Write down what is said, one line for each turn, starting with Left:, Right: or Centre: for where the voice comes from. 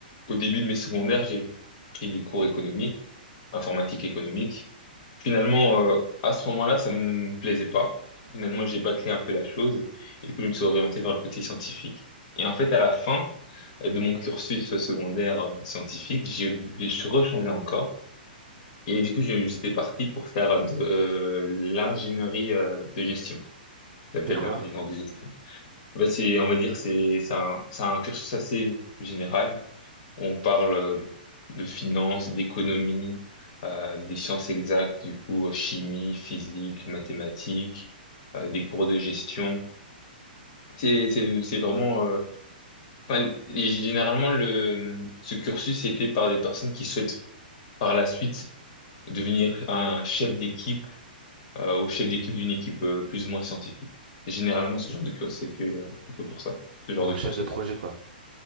Left: au début de mes secondaires, j'ai pris des cours économiques, informatique économique. Finalement, euh, à ce moment-là, ça me plaisait pas. Finalement, j'ai bâclé un peu la chose et du coup, je me suis orienté vers le côté scientifique. Et en fait, à la fin euh, de mon cursus secondaire euh, scientifique, j'ai, je suis rechangé encore. Et du coup, j'ai- j'étais parti pour faire de euh, l'ingénierie euh, de gestion. Ça s'appelle
Right: C'est quoi?
Left: euh, ingénieur de gestion. En fait, c'est, on va dire, c'est, c'est un, c'est un cursus assez général. On parle euh, de finance, d'économie, euh, des sciences exactes, du coup, euh, chimie, physique, mathématiques, euh, des cours de gestion. C'est, c'est, c'est vraiment, euh, enfin, et généralement, le, ce cursus est fait par des personnes qui souhaitent par la suite devenir un chef d'équipe, euh, ou chef d'équipe d'une équipe euh, plus ou moins scientifique. Et généralement, ce genre de cursus est fait, euh, est fait pour ça, ce genre
Right: Un
Left: de cursus.
Right: chef de projet, quoi.